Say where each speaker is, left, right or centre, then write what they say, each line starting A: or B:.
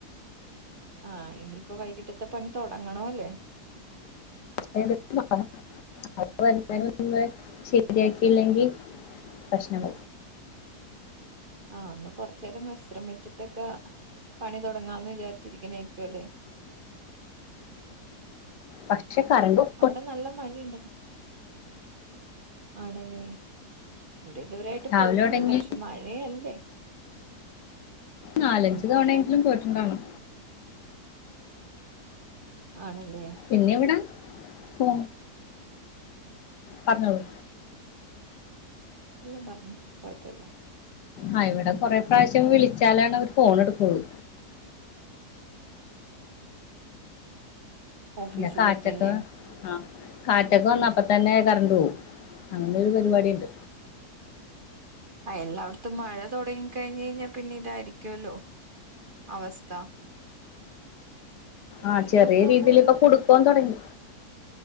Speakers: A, on the right (about 35°); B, on the left (about 85°).
A: ആഹ് ഇനിയിപ്പോ വൈകിട്ടത്തെ പണി തൊടങ്ങണോല്ലേ
B: <unintelligible> ശെരി ആക്കില്ലെങ്കി <unintelligible>
A: ആഹ് ഒന്ന് കൊർച്ചേരം വിശ്രമിച്ചിട്ടൊക്ക പണി തൊടങ്ങാന്ന് വിചാരിച്ചിരിക്ക്ണേൽക്കു അല്ലെ
B: പക്ഷെ കറണ്ടോവും.
A: അവിടെ നല്ല മഴിണ്ട്. ആണ്ല്ലേ ഇവടെ ഇതുവരായിട്ട്
B: രാവിലെ
A: പോയിട്ടില്ല
B: തുടങ്ങി
A: പക്ഷ് മഴയല്ലേ
B: നാലഞ്ച് തവണേങ്കിലും പോയിട്ടുണ്ടാവണം.
A: ആണ്ല്ലേ
B: പിന്നെ ഇവിടാ ഫോ പർഞ്ഞോളൂ
A: ഇല്ല പർഞ്ഞോ കൊഴപ്പല്ല
B: ആഹ് ഇവിടെ കൊറേപ്രാശ്യം വിളിച്ചാലാണ് അവര് ഫോൺ എട്ക്കൊള്ളൂ.
A: ഓഫീസിലേക്കല്ലേ
B: ന്നെ കാറ്റൊക്കെ ആഹ് കാറ്റൊക്കെ വന്ന അപ്പ തന്നെ കറണ്ടോവും അങ്ങനൊരു പരുപാടിണ്ട്.
A: ആഹ് എല്ലാട്ത്തും മഴ തൊടങ്ങി കഴിഞ്ഞേഞ്ഞ പിന്നെ ഇതായിരിക്ക്യോല്ലോ അവസ്ഥ
B: ആഹ്
A: ഇനിയിപ്പ
B: ചെറിയ രീതിൽ
A: അങ്ങോട്
B: ഇപ്പൊ കുടുക്കോ തൊടങ്ങി